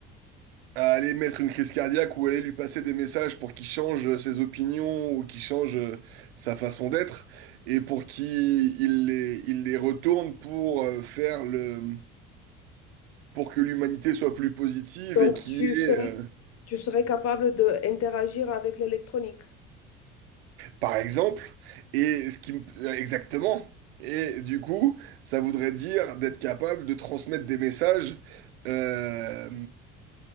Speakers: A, on the right; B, on the left.
A: à aller mettre une crise cardiaque ou aller lui passer des messages pour qu'il change euh, ses opinions ou qu'il change euh, sa façon d'être et pour qu'il il les, il les retourne pour euh, faire le pour que l'humanité soit plus positive
B: Donc
A: et qu'il
B: tu
A: y
B: serais,
A: ait, euh,
B: tu serais capable d'interagir avec l'électronique.
A: par exemple, et ce qui me- euh, exactement. Et du coup, ça voudrait dire d'être capable de transmettre des messages euh,